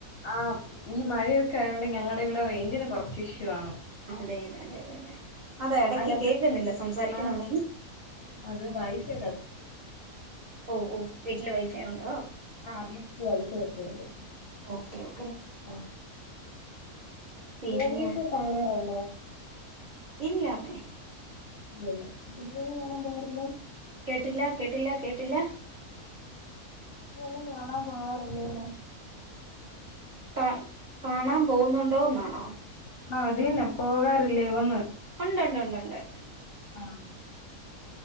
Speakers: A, on the left (about 55°); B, on the right (about 65°).
A: ആഹ് ഈ മഴയൊക്കെ ആയൊണ്ട് ഞങ്ങടെ ഇവിടെ റേഞ്ചിന് കുറച്ച് ഇഷ്യൂ കാണും
B: അതെയതെ അതെതെതെ അതാ ഇടക്ക്
A: അല്ല
B: കേൾക്കുന്നില്ല സംസാരിക്കുന്ന
A: ആഹ്
B: ഒന്നും <unintelligible>
A: അത് വൈഫൈ
B: ഓ ഓ ഉണ്ടോ
A: ആ വീട്ടില് വൈഫൈ ഉണ്ട് ശരി
B: ഓക്കെ ഒ
A: ആ
B: പിന്നെ
A: മൂവി ഒക്കെ കാണാറൊണ്ടോ
B: ഇല്ലാന്നെ
A: ഇല്ലല്ലേ സിനിമകള് കാണാൻ പോകാറില്ല
B: ട്ടില്ല കേട്ടില്ല കേട്ടില്ല
A: ഇ വല്ല കാണാ പോവാറില്ലേന്ന്
B: കാ കാണാൻ പോന്നുണ്ടോന്നാണോ
A: ആ അതന്നെ പോകാറില്ലേയൊന്ന്
B: ഉണ്ട് ഉണ്ട് ഉണ്ട് ഉണ്ട്
A: ആഹ്